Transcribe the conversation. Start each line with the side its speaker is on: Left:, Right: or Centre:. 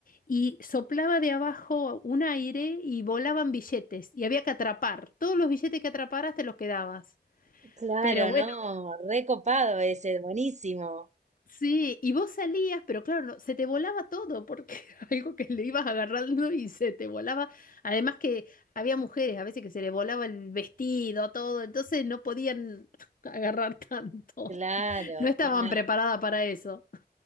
Left: y soplaba de abajo un aire y volaban billetes. Y había que atrapar. Todos los billetes que atraparas te los quedabas.
Right: Claro,
Left: Pero bueno.
Right: no, recopado ese, buenísimo.
Left: Sí, y vos salías, pero claro, no- se te volaba todo porque <laughs> era algo que le ibas agarrando y se te volaba. Además que había mujeres a veces que se le volaba el vestido, todo, entonces no podían <laughs> agarrar tanto.
Right: Claro,
Left: No estaban
Right: claro.
Left: preparadas para eso.